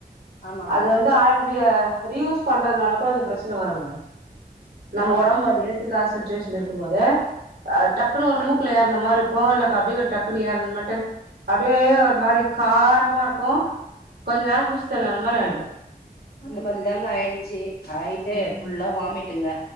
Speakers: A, on the left (about 80°); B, on the right (about 80°).
A: ஆமாங்க
B: அது வந்து ஆயில்ரீய ரீயூஸ் பண்றனால கூட அந்த பிரச்சன வருங்க நம்ம
A: ஆ
B: ஒடம்பு அது ஏத்துக்காசு ச்சுவேஷன்ல இருக்கு போது அ டக்குன்னு ஒரு மூக்குல ஏறுன மாரி இருக்கு இல்ல அப்டியே டக்குன்னு ஏறணு மட்டு அப்டியே ஒரு மாரி காரமா இருக்கு கொஞ்சோ நேறோ மூச்சு தெனரல் மாரி ஆய்டு
A: அந்த மாதிரி தாங்க ஆய்டுச்சு ஆயிட்டு
B: ம்
A: ஃபுல்லா வாமிட்டுங்க